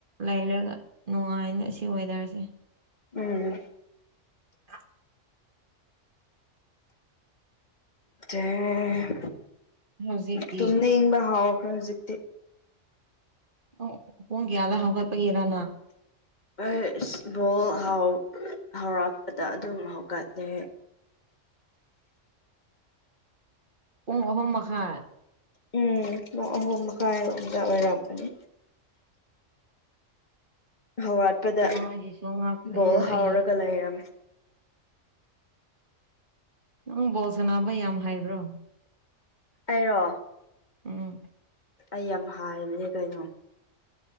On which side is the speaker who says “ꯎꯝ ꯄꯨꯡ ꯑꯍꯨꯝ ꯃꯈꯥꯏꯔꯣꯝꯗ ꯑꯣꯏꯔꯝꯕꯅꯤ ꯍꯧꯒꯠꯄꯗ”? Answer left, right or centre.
Left